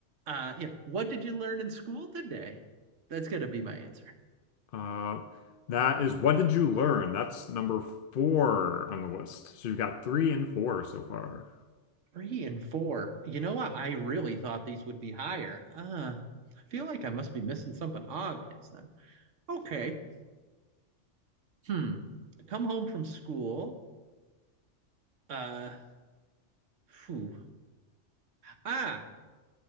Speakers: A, on the right (about 80°); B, on the left (about 55°).
A: uh, yeah, what did you learn in school today? That's gonna be my answer.
B: Uh, that is what did you learn? That's number four on the list. So you've got three and four so far.
A: Three and four. You know what? I really thought these would be higher. Uh, I feel like I must be missing something obvious then. Okay. Hmm. Come home from school. Uh, phew. Ah,